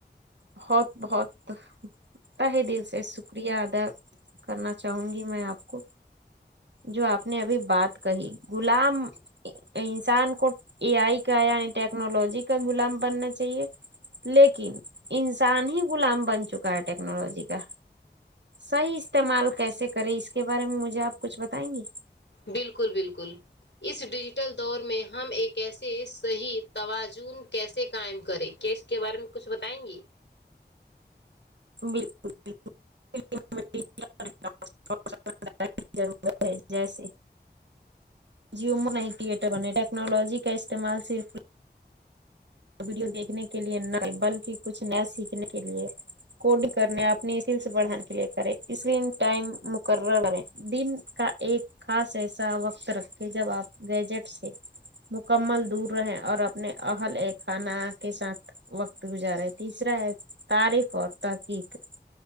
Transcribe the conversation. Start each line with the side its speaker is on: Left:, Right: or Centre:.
Right: بہت بہت طاہ دل سے شکریہ ادا کرنا چاہوں گی میں آپ کو جو آپ نے ابھی بات کہی غلام انسان کو اے آئی کا یعنی ٹیکنالوجی کا غلام بننا چاہیے لیکن انسان ہی غلام بن چکا ہے ٹیکنالوجی کا صحیح استعمال کیسے کرے اس کے بارے میں مجھے آپ کچھ بتائیں گے
Left: بالکل بالکل اس ڈیجیٹل دور میں ہم ایک ایسے صحیح تواجن کیسے قائم کریں کیس کے بارے میں کچھ بتائیں گی
Right: <unintelligible> جیسے جیوومو نہیں ٹیٹر بنے ٹیکنالوجی کا استعمال صرف ویڈیو دیکھنے کے لئے نہ بلکہ کچھ نیا سیکھنے کے لئے کوڈنگ کرنے اپنی اسکل سے بڑھانے کے لیے کریں اسکرین ٹائم مقرر کریں دن کا ایک خاص ایسا وقت رکھے جب آپ گیجٹ سے مکمل دور رہیں اور اپنے اہل ایک کھانا کے ساتھ وقت گزارا ہے تیسرا ہے تاریخ اور تحقیق